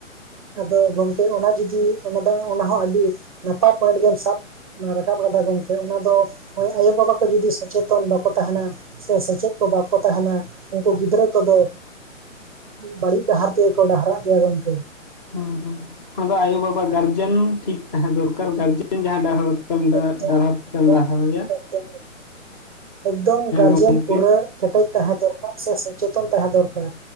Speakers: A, on the right; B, on the left.
A: ᱟᱫᱚ ᱜᱚᱝᱠᱮ ᱚᱱᱟ ᱡᱩᱚᱫᱤ ᱚᱱᱟ ᱫᱚ ᱚᱱᱟᱦᱚᱸ ᱟᱹᱰᱤ ᱱᱟᱯᱟᱭ ᱯᱚᱭᱮᱱᱴ ᱜᱮᱢ ᱥᱟᱵ ᱨᱟᱠᱟᱵ ᱠᱟᱫᱟ ᱜᱚᱝᱠᱮ ᱚᱱᱟ ᱫᱚ ᱱᱚᱜ-ᱚᱭ ᱟᱭᱳᱵᱟᱵᱟ ᱠᱚ ᱡᱩᱫᱤ ᱥᱮᱪᱮᱫ ᱡᱚᱛᱚᱱ ᱵᱟᱠᱚ ᱛᱟᱦᱮᱱᱟ ᱥᱮ ᱥᱮᱪᱮᱫ ᱠᱚ ᱵᱟᱠᱚ ᱛᱟᱦᱮᱱᱟ ᱩᱱᱠᱩ ᱜᱤᱫᱽᱨᱟᱹ ᱠᱚᱫᱚ ᱵᱟᱹᱲᱤᱡ ᱰᱟᱦᱟᱨ ᱛᱮᱜᱮᱠᱚ ᱰᱟᱦᱟᱨᱟᱜ ᱜᱮᱭᱟ ᱜᱚᱝᱠᱮ
B: ᱦᱩᱸ ᱦᱩᱸ ᱚᱱᱟ ᱫᱚ ᱟᱭᱳᱵᱟᱵᱟ ᱜᱟᱨᱡᱮᱱ ᱴᱷᱤᱠ ᱛᱟᱦᱮᱸ ᱫᱚᱨᱠᱟᱨ ᱜᱟᱨᱡᱮᱱ ᱡᱟᱦᱟᱸ
A: ᱮᱠᱫᱚᱢ
B: <unintelligible> ᱜᱮᱭᱟ <unintelligible>
A: ᱮᱠᱫᱚᱢ ᱮᱠᱫᱚᱢ ᱜᱟᱨᱡᱮᱱ
B: ᱜᱚᱝᱠᱮ
A: ᱯᱩᱨᱟᱹ ᱠᱮᱴᱮᱡ ᱛᱟᱦᱮᱸ ᱫᱚᱨᱠᱟᱨ ᱥᱮ ᱥᱚᱪᱮᱛᱚᱱ ᱛᱟᱦᱮᱸ ᱫᱚᱨᱠᱟᱨ